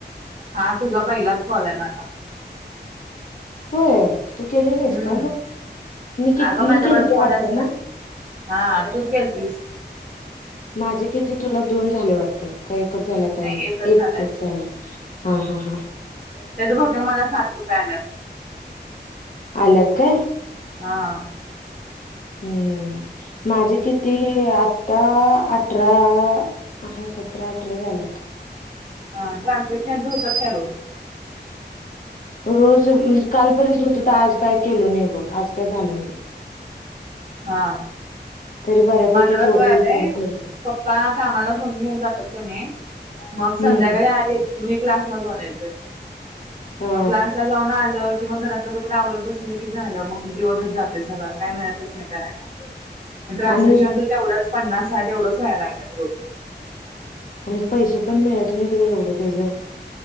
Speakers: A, on the right (about 50°); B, on the left (about 50°).
A: हा तुझा पहिलाच कॉल आहे माझा.
B: होय तू केले नाहीस
A: हम्म
B: काय मग मी किती
A: अगं माझ्याकडे
B: मी केलंते
A: फोनच
B: वाटत
A: नाही
B: ना?
A: हा तू केलतेस की
B: माझे किती तुला दोन झाले वाटतं. का एकच झालंय काय
A: नाही
B: माहित एकच
A: झालाय
B: झाला हा हा हां.
A: त्याचं बहुतेक मला साठ रुपये आलेत.
B: आल्यात काय?
A: हां
B: हम्म माझे किती आत्ता अठरा हा सतरा अठरा झाल्यात
A: ह्ं ट्रान्सक्रिपक्शनच होतात काय रोज?
B: रोज म्हणजे कालपर्यंत होत होतं तर आज काय केलं नाही बघ आज काय झालं नाही.
A: हां
B: तरी बऱ्यापैकी
A: माझ
B: जेवढं
A: कसं व्हायलाय
B: होईल तेवढं करतो
A: पप्पा कामाला फोन घेऊन जातात कणय. मग
B: हम्म
A: संध्याकाळी आली मी क्लासला जाऊन येतोय.
B: हा
A: मग क्लास ला जाऊन आल्यावर की मग घरातलं कायतर आवरत बसले की झालं मग दिवसच जातोय सगळं काही मिळतच नाही करायला. मग ट्रान्सस्क्रीप्शनचं
B: आणि
A: तेवढंच पन्नास साठ एवढंच व्हाय लागलात रोज.
B: आणि पैसे पण मिळत नाहीत ग एवढं त्याचं.